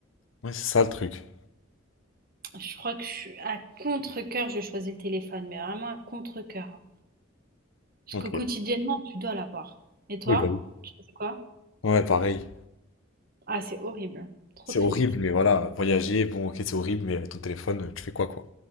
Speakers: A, on the left; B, on the right.
A: Ouais, c'est ça le truc.
B: Je crois que je suis à contre-cœur, je choisis le téléphone, mais vraiment à contre-cœur. hein. Parce
A: Ok.
B: que quotidiennement, tu dois l'avoir. Et toi,
A: Oui, bah oui.
B: tu fais quoi?
A: Ouais, pareil.
B: Ah, c'est horrible. Trop
A: C'est
B: triste.
A: horrible, mais voilà, voyager, bon, ok, c'est horrible, mais ton téléphone, tu fais quoi, quoi?